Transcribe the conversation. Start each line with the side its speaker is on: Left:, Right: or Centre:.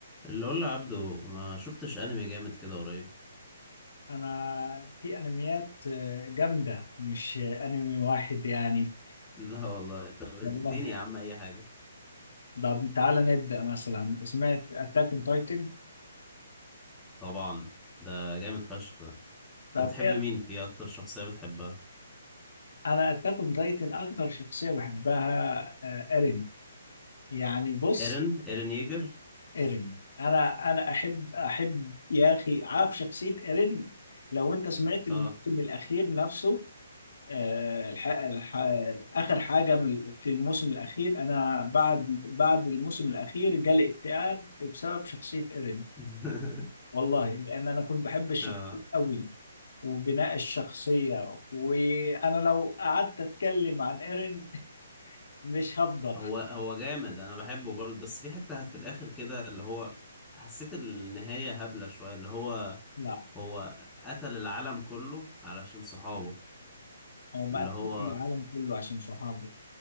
Centre: اللي اقول لعبده ما شفتش انمي جامد كده قريب
Left: انا في انميات آه، جامده مش آه، انمي واحد يعني
Centre: <laughs> لا والله طب اديني
Left: والله
Centre: يا عم اي حاجه
Left: طب تعالى نبدا مثلا سمعت اتاك اون تايتن
Centre: طبعا ده جامد فشخ ده انت
Left: طب
Centre: بتحب
Left: ايه
Centre: مين فيه اكتر شخصيه بتحبها
Left: انا اتاك اون تايتن اكتر شخصيه بحبها آه، ايرين يعني بص
Centre: ايرن ايرن ييجر
Left: ايرين انا انا احب احب يا اخي عارف شخصيه ايرين لو انت سمعت الموسم
Centre: اه
Left: الاخير نفسه آه، الح... الح... آخر حاجة من- في الموسم الأخير أنا بعد بعد الموسم الأخير جالي اكتئاب بسبب شخصية إيرين
Centre: <laughs>
Left: والله لأن أنا كنت بحب الشخصية
Centre: اه
Left: أوي وبناء الشخصية وأنا لو قعدت أتكلم عن إيرين <laughs> مش هفضل
Centre: هو هو جامد انا بحبه برضه بس في حته في الاخر كده اللي هو حسيت النهايه هبله شويه اللي هو
Left: لا
Centre: هو قتل العالم كله علشان صحابه
Left: هو ما
Centre: اللي
Left: قتلش
Centre: هو
Left: العالم كله عشان صحابه